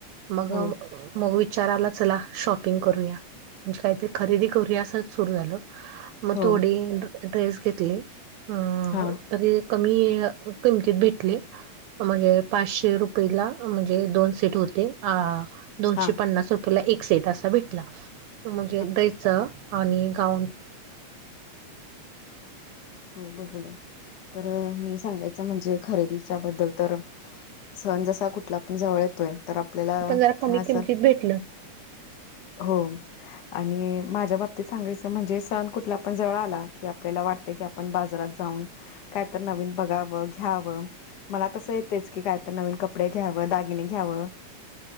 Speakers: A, on the right (about 75°); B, on the left (about 80°).
A: मग,
B: हो
A: मग विचार आला चला, शॉपिंग करूया. म्हणजे, काहीतरी खरेदी करूया असं सुरू झालं, मग
B: हो
A: थोडी ड्रेस घेतली. अ
B: हा
A: तरी कमी किमतीत भेटले, म्हणजे पाचशे रुपयेला म्हणजे, दोन सेट होते, दोनशे
B: हा
A: पन्नास रुपये ला एक सेट असा भेटला, म्हणजे
B: हा
A: ड्रेसच आणि गाउन
B: हो बरोबर, तर मी सांगायचं म्हणजे, खरेदीच्या बद्दल तर सण जसा कुठला पण जवळ येतोय तर आपल्याला
A: पण जरा
B: खास
A: कमी किमतीत भेटलं.
B: हो आणि माझ्या बाबतीत सांगायचं म्हणजे सण कुठला पण जवळ आला की आपल्याला वाट की ते, आपण बाजारात जाऊन कायतर नवीन बघावं, घ्यावं. मनात तसं येतेच की कायतर नवीन कपडे घ्यावं, दागिने घ्यावं.